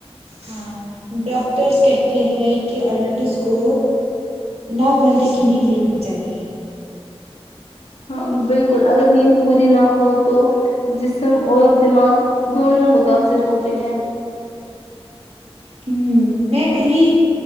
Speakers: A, on the right (about 75°); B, on the left (about 80°).
A: ہاں ڈاکٹرس کہتے ہیں کہ اڈلٹس کو نو گھنٹے کی نیند لینی چاہیے <unintelligible>
B: ہاں بالکل اگر نیند پوری نہ ہو تو جسم اور دماغ دونوں متاثر ہوتے ہیں
A: ہ میں پہلی